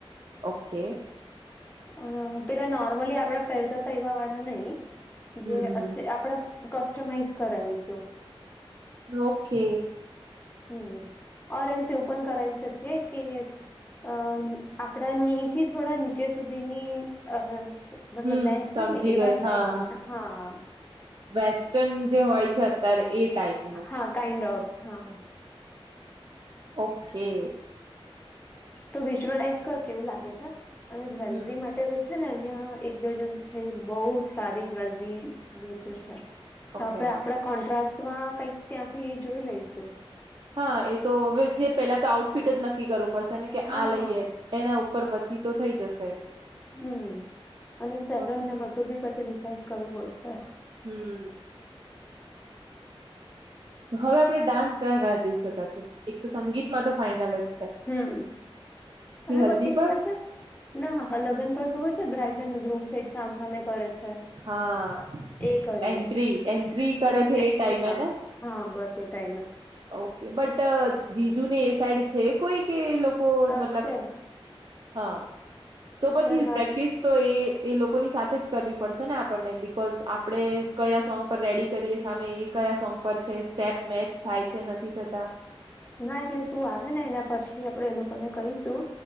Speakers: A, on the right; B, on the left.
A: ઓકે
B: અ પેલા નોર્મલી આપડા પહેરતા તો એવા વાળા નહી
A: હમ
B: જે
A: હમ
B: અત આપડા કસ્ટમાઈઝ કરાવીશું
A: ઓકે
B: હમ ઓર એલ્સ એવું પણ કરાવી શકીએ કે અ આપડા ની થી થોડા નીચે સુધીની અ મતલબ
A: હમ
B: લેન્થ
A: સમજી
B: હોય ને એવા
A: ગઈ
B: કઈક
A: હા
B: હા
A: વેસ્ટર્ન જે હોય છે અત્યારે એ ટાઈપ નું
B: હા કાંઈન્ડ ઓફ હા.
A: ઓકે.
B: તો વિઝ્યુઅલાઈઝ કર કે એવું લાગે છે અને જ્વેલરી
A: હમ
B: માટે પી છે ને અહિયાં એક બે જ્ણ છે બોહ સારી જ્વેલરી વેચે છે. તો
A: ઓકે
B: આપડે આપડા કોન્ટ્રાસ્ટ માં કઈક ત્યાંથી જોઈ લઈશું.
A: હા એ તો હવે જે પેલા તો આઉટફિટ જ નક્કી કરવું પડશેને કે
B: હા
A: આ લઈએ. એના ઉપર પછી તો થઈ જશે.
B: હમ અને સેલોન
A: ઓકે
B: ને બધું બી પછી ડિસઇડ કરવું પડશે.
A: હમ. તો હવે આપણે ડાન્સ કયા કયા દિવસે કરશું એક તો સંગીતમાં તો ફાાઈનલ જ છે.
B: હમ અને
A: હલ્દી
B: પછી
A: પર
B: ખબર છે. ના લગન પણ ખબર છે બ્રાઈડ એન્ડ ગ્રૂમ સહિત સામસામે કરે છે.
A: હા
B: એ કરીએ
A: એન્ટ્રી એન્ટ્રી
B: હમ
A: કરે છે
B: એન્ટ્રીમાં
A: એ ટાઈઇમ એ ને.
B: હા બસ એ ટાઈમ.
A: ઓકે બટ જીજુ ને એ સાઈડ છે કોઈ કે લોકો
B: કરશે
A: મતલબ. હા તો પછી
B: છે વાત
A: પ્રેક્ટિસ. તો એ એ લોકોની સાથે જ કરવી પડશે ને આપણને બિકોઝ આપડે કયા સોંગ પર રેડી. કરીએ સામે એ કયા સોંગ પર છે સ્ટેપ મેચ થાય છે નથી થતા.
B: ના એટલે તું આવે ને એના પછી આપણેે એ લોકોને કહીશું